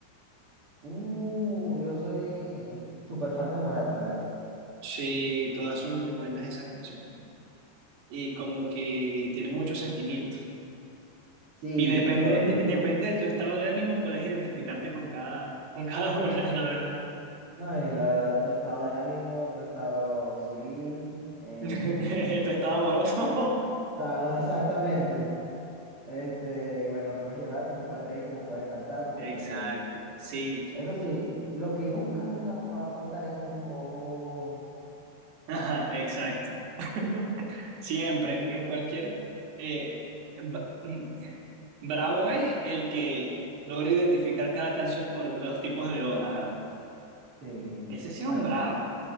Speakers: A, on the right; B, on the right.
A: Uh, yo soy súper fan de Morat, la verdad.
B: sí, todas son muy buenas esas canciones. y como que tiene muchos sentimientos.
A: Sí,
B: Y depende,
A: toda.
B: de- depende de tu estado de ánimo, puedes identificarte con cada, con cada <laughs> una, la verdad.
A: No, y la verdad, tu estado de ánimo, tu estado civil. eh,
B: <laughs> Tu estado amoroso.
A: ah, exactamente. Este, y bueno, puedes llorar, como puedes reír, como puedes cantar,
B: <laughs>
A: como
B: Exacto,
A: puedes.
B: sí,
A: Eso sí, lo que nunca, nunca, nunca va a faltar es un oh.
B: Ajá, exacto. <laughs> Siempre, en, en cualquier... eh, ba- <clears throat> bravo es el que logra identificar cada canción por los tipos de O, la verdad.
A: Sí.
B: Ese sí es
A: Bueno,
B: un bravo.